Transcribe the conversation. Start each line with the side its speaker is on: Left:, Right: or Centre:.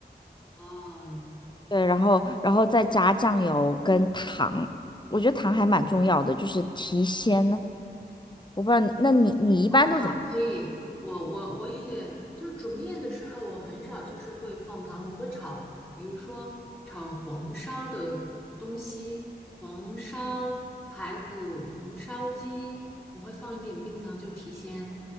Centre: 啊，
Left: 对，然后然后再加酱油跟糖，我觉得糖还蛮重要的，就是提鲜呢。我不知道你，那你你一般都怎么？
Centre: 哦，糖可以，我我我也就是煮面的时候，我很少就是会放糖，我会炒，比如说炒黄烧的东西，黄烧排骨、红烧鸡，我会放一点冰糖就提鲜。